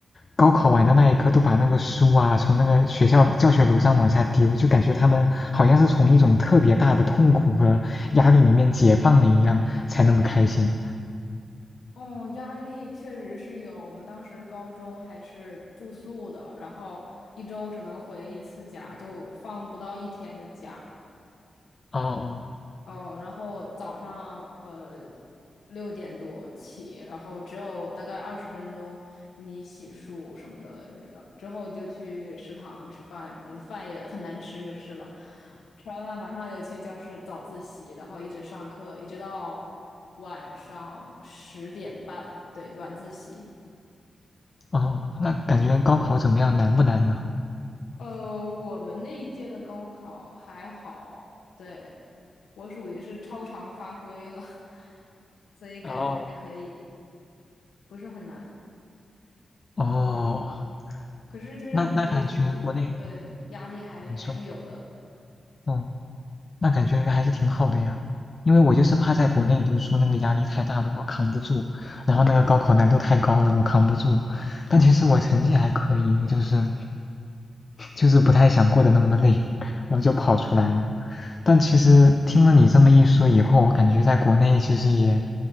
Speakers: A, on the left; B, on the left.
A: 高考完的那一刻都把那个书啊从那个学校教学楼上往下丢，就感觉他们好像是从一种特别大的痛苦和压力里面解放了一样，才那么开心。
B: 哦，压力确实是有。我们当时高中还是住宿的，然后一周只能回一次家，就放不到一天的假。
A: 哦
B: 嗯，然后早上呃六点多起，然后只有大概二十分钟，你洗漱什么的，然后之后就去食堂吃饭，嗯饭也很难吃就是了。吃完饭马上就去教室早自习，然后一直上课，一直到晚上十点半，对，晚自习。
A: 哦，那感觉高考怎么样？难不难呢？
B: 呃，我们那一届的高考还好，对，我属于是超常发挥了，<laughs> 所以感觉还可以。
A: 哦
B: 不是很难。
A: 哦，
B: 可是就是你学习，
A: 那那感觉国内，
B: 对，压力还还是有的。
A: 你说。嗯。那感觉还是挺好的呀。因为我就是怕在国内读书那个压力太大了，我扛不住，然后那个高考难度太高了，我扛不住。但其实我成绩还可以，就是就是不太想过得那么累，然后就跑出来了。但其实听了你这么一说以后，我感觉在国内其实也